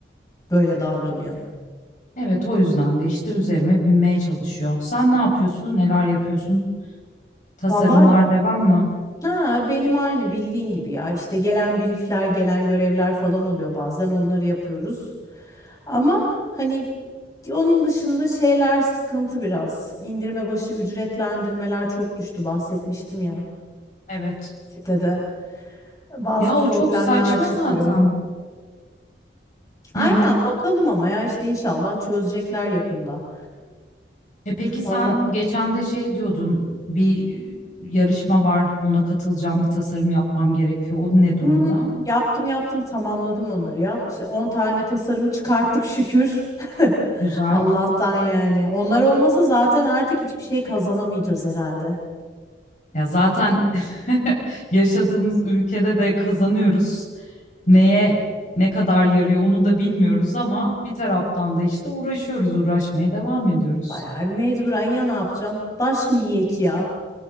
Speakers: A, on the left; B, on the left.
A: böyle davranıyor.
B: Evet, o yüzden de işte üzerime binmeye çalışıyor. Sen ne yapıyorsun? Neler yapıyorsun? Tasarımlar
A: Vallahi
B: devam mı?
A: ha benim aynı bildiğin gibi ya. İşte gelen briefler, gelen görevler falan oluyor bazen onları yapıyoruz. Ama hani onun dışında şeyler sıkıntı biraz. İndirme başı ücretlendirmeler çok düştü bahsetmiştim ya
B: Evet.
A: sitede. Bazı
B: Ya o
A: problemler
B: çok saçma
A: çıkıyor.
B: zaten.
A: Aynen
B: Hı hı.
A: bakalım ama ya işte inşallah çözecekler yakında.
B: E peki sen
A: Vallahi
B: geçen de şey diyordun. Bir e, yarışma var. Ona katılacağım. Bir tasarım yapmam gerekiyor. O ne durumda?
A: Hmm, yaptım yaptım tamamladım onları ya. İşte 10 tane tasarımı çıkarttık şükür. <laughs>
B: Güzel.
A: Allah'tan yani. Onlar olmasa zaten artık hiçbir şey kazanamayacağız herhalde.
B: Ya zaten <laughs> yaşadığımız ülkede de kazanıyoruz. neye ne kadar yarıyor onu da bilmiyoruz ama bir taraftan da işte uğraşıyoruz, uğraşmaya devam ediyoruz.
A: Bayağı mecburen ya ne yapacaksın? Taş mı yiyek ya?